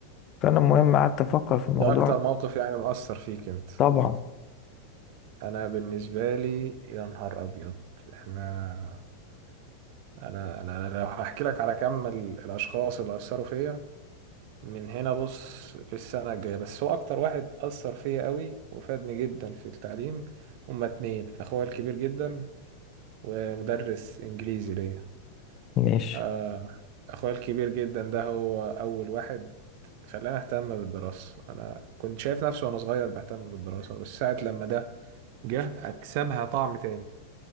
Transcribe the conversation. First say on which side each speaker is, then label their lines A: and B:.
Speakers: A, on the left (about 35°); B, on the right (about 45°).
A: فانا المهم قعدت افكر في الموضوع
B: ده اكتر موقف يعني مؤثر فيك انت
A: طبعا
B: انا بالنسبة لي يا نهار ابيض احنا انا انا أنا لو هحكي لك على كم ال- الاشخاص اللي اثروا فيا من هنا بص للسنة الجاية بس هو أكتر واحد أثر فيا قوي وفادني جدا في التعليم هما اتنين أخويا الكبير جدا ومدرس إنجليزي ليا
A: ماشي
B: آه، أخويا الكبير جدا ده هو أول واحد خلاني أهتم بالدراسة أنا كنت شايف نفسي وأنا صغير بهتم بالدراسة بس ساعة لما ده جه أكسبها طعم تاني